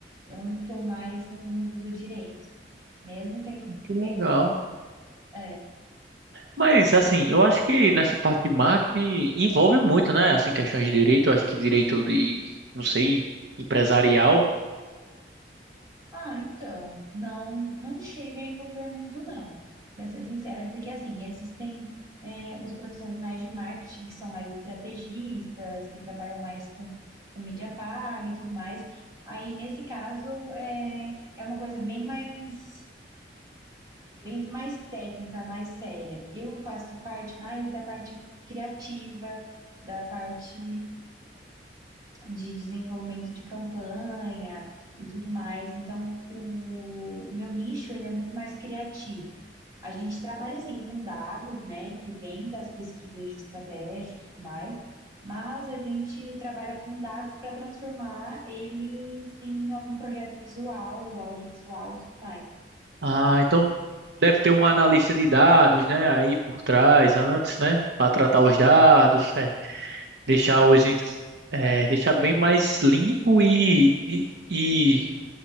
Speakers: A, on the right; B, on the right.
A: Eu não estou mais no mundo do direito, mesmo tendo
B: que legal.
A: feito. É,
B: Mas, assim, eu acho que nessa parte de marketing envolve muito, né? Assim, questões de direito, eu acho que direito de, não sei, empresarial.
A: ah, então, não, não chega a envolver muito, não, para ser sincera, porque assim, existem é, os profissionais de marketing que são mais estrategistas, que trabalham mais com, com mídia paga e tudo mais. Aí, nesse caso, é, é uma coisa bem mais, bem mais técnica, mais séria. Eu faço parte mais da parte criativa, da parte de desenvolvimento de campanha e tudo mais. Então, o, o meu nicho ele é muito mais criativo. A gente trabalha assim com dados, né, que vem das pesquisas de estratégia e tudo mais, mas a gente trabalha com dados para transformar eles em algum projeto visual, ou audiovisual e tudo mais.
B: Ah, então deve ter um analista de dados, né? Aí por trás, antes, né? Para tratar os dados, é, deixar os, ins- é, deixar bem mais limpo e, e, e